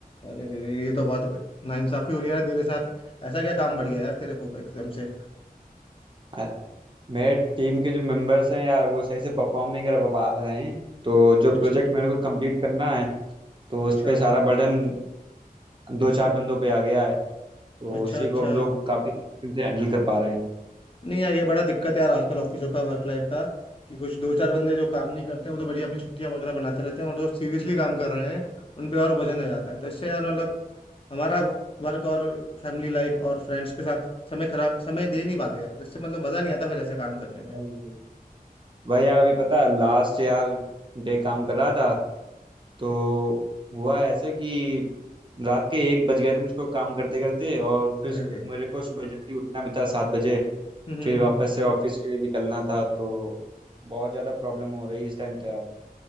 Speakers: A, on the left (about 35°); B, on the right (about 30°).
A: अरे रे रे ये तो बहुत नाइंसाफी हो रही है यार तेरे साथ ऐसा क्या काम बढ़ गया यार तेरे को एकदम से
B: आ- मेरे टीम के जो मेंबर्स हैं यार वो सही से परफॉर्म नहीं कर पा रहे हैं तो जो
A: अच्छा
B: प्रोजेक्ट मेरे को कंप्लीट करना है तो
A: अच्छा
B: उस पे सारा बर्डन दो चार बंदों पे आ गया है तो
A: अच्छा
B: उसी
A: अच्छा
B: को हम लोग काफी मुश्किल से हैंडल कर पा रहे
A: नहीं यार ये बड़ा दिक्कत है यार आजकल ऑफिसों का वर्क लाइफ का कि कुछ दो चार बंदे जो काम नहीं करते हैं वो तो बढ़िया अपनी छुट्टियां वगैरह बनाते रहते हैं और जो सीरियसली काम कर रहे हैं उन पे और वजन आ जाता है तो इससे यार मतलब हमारा वर्क और फैमिली लाइफ और फ्रेंड्स के साथ समय खराब समय दे नहीं पाते यार तो इससे मतलब मजा नहीं आता फिर ऐसे काम करने में
B: हैं भाई यार अभी पता लास्ट यार डे काम कर रहा था तो हुआ ऐसे कि रात के एक बज गए थे मुझको काम करते करते और फिर
A: अरे
B: सु-
A: अरे
B: मेरे को सुबह जल्दी उठना भी था सात बजे
A: हम्म
B: फिर वापस से ऑफिस के लिए निकलना था तो बहुत ज़्यादा प्रॉब्लम हो रही है इस टाइम तो यार